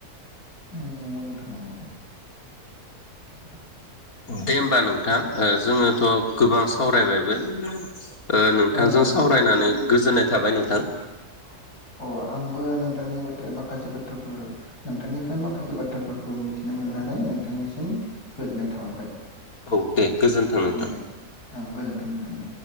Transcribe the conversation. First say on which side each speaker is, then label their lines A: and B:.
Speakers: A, on the left; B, on the left.
A: उम नंगौ नोंथां नंगौ, <unintelligible>
B: दे होमबा नोंथां जोङोथ' गोबां सावरायबायबो, ओ नोंथांजों
A: ओं नोंथां
B: सावरायनानै गोजोननाय थाबाय नोंथां।
A: <unintelligible> अ आंबो नोंथांनि बाथ्रा माखासे बाथ्राफोर नोंथांनिफ्राय माखासे बाथ्राफोरखौ मिथिनो मोनो, नानै नोंथांनिसिम गोजोननाय थाहरबाय।
B: औ दे गोजोन्थों नोंथां।
A: दे आंबो नोंथां नोंथांनि